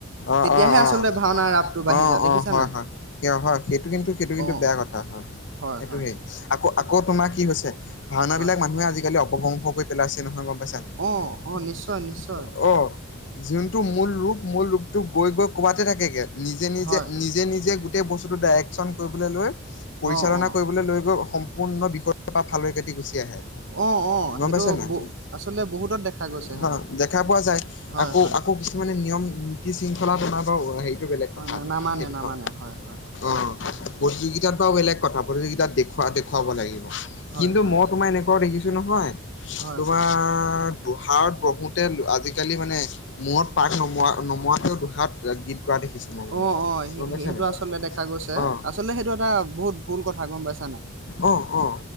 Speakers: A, on the left; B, on the right.
A: <unintelligible> অ-অ-অ
B: তেতিয়াহে আচলতে ভাওনাৰ ৰাপটো বাঢ়ি
A: -অ-অ
B: যায় দেখিছা
A: হয়-
B: নাই
A: -হয় সিয় হয় সেইটো কিন্তু সেইটো কিন্তু
B: অ
A: বেয়া কথা হয়-হয়
B: হয়
A: এইটো
B: হয়
A: হেই আকৌ-আকৌ তোমাৰ কি হৈছে ভাওঁনা
B: হয়
A: বিলাক মানুহে আজিকালি অপগ্ৰংস কৰি পেলাইছে নহয় গম পাইছা নে নাই অহ
B: অ অ নিশ্চয়
A: নিশ্চয়-নিশ্চয়।
B: নিশ্চয়
A: অহ যোনটো মূল ৰূপ মূল ৰূপটো গৈ- গৈ ক'বাতে থাকেগে নিজে- নিজে-
B: হয়
A: নিজে- নিজে গোটেই বস্তুটো ডাইৰেকচন কৰিবলৈ লৈ পৰিচালনা
B: অ অ
A: কৰিবলৈ লৈ গৈ সম্পূৰ্ণ বিষয়ৰ পা ফালৰি কাটি গুচি আহে অহ
B: অ
A: -অহ
B: অ
A: গম
B: সেইটো
A: পাইছে নাই
B: ব আচলতে বহুতত দেখা গৈছে
A: <unintelligible>
B: সেইটো
A: <unintelligible> দেখা পোৱা যায়
B: হয়
A: আকৌ-
B: হয়
A: আকৌ কিছুমানে নিয়ম নীতি শৃংখলা বনাব সেইটো বেলেগ কথা
B: অ নামানে
A: সেইটো
B: নামানে
A: অহ-
B: হয় হয়
A: অহ। প্ৰতিযোগিতাত বাৰু বেলেগ কথা প্ৰতিযোগিতাত দেখুৱা -দেখুৱাব লাগিব
B: হয়
A: কিন্তু
B: হয়
A: মই তোমাৰ এনেকুৱা দেখিছো নহয়
B: হয়
A: তোমাৰ
B: হয়
A: বহাৰত বহুত <unintelligible> আজিকালি মানে মূৰত পাক নমোৱা -নমোৱাতেও দুহাত গীত গোৱা দেখিছো মই মানে
B: অ অ
A: গম পাইছা
B: সেইটো
A: নাই
B: আচলতে দেখা গৈছে
A: অহ। <unintelligible>
B: আচলতে সেইটো এটা বহুত ভুল কথা গম পাইছা নাই
A: অহ-অহ